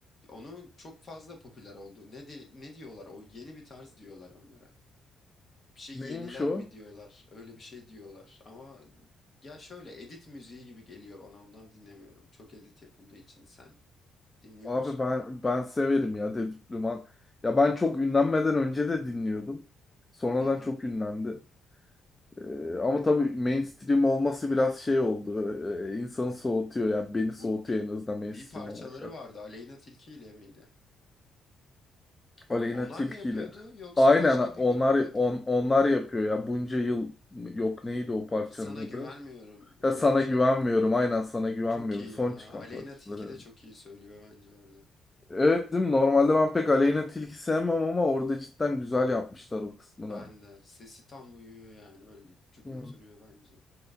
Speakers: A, on the left (about 35°); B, on the left (about 20°).
A: Onun çok fazla popüler oldu. Ne de- ne diyorlar? O yeni bir tarz diyorlar onlara. bir şey
B: Neymiş
A: yeniler
B: o?
A: mi diyorlar. Öyle bir şey diyorlar. Ama ya şöyle edit müziği gibi geliyor bana ondan dinlemiyorum. Çok edit yapıldığı için sen dinliyor
B: Abi
A: musun?
B: ben ben severim ya Dedip Duman. Ya ben çok ünlenmeden önce de dinliyordum. Sonradan
A: Hı hı.
B: çok ünlendi. Ee, ama tabii mainstream olması biraz şey oldu. Ee, insanı soğutuyor yani beni
A: Bu
B: soğutuyor
A: bir,
B: en azından mainstream
A: bir parçaları
B: olan şarkı.
A: vardı Aleyna Tilki ile miydi?
B: Aleyna
A: Onlar
B: Tilki
A: mı yapıyordu
B: ile.
A: yoksa
B: Aynen
A: başka
B: onlar
A: bir grup mu yapıyordu?
B: on, onlar yapıyor ya bunca yıl yok neydi o parçanın
A: Sana güvenmiyorum
B: adı? Ya
A: öyle
B: sana
A: bir şarkı.
B: güvenmiyorum aynen sana güvenmiyorum
A: Çok iyi
B: son
A: ya.
B: çıkan
A: Aleyna
B: parçaları.
A: Tilki de çok iyi söylüyor bence orada.
B: Evet değil mi? Normalde ben pek Aleyna Tilki sevmem ama orada cidden güzel yapmışlar o kısmını.
A: Ben de. Sesi tam uyuyor yani. Böyle cuk
B: Hı.
A: oturuyor bence.